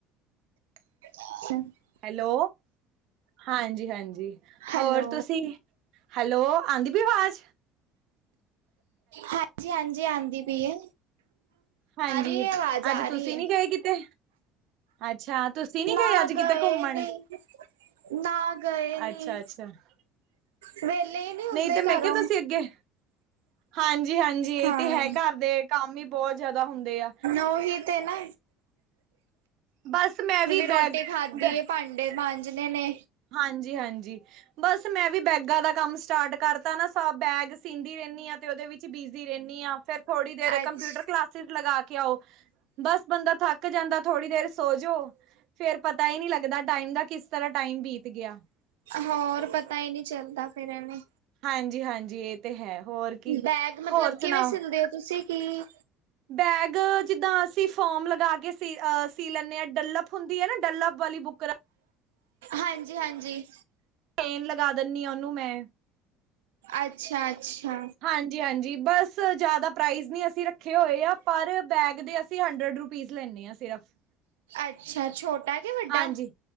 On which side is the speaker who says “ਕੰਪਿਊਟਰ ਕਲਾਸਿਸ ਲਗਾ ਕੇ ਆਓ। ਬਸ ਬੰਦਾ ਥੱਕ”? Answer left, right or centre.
Right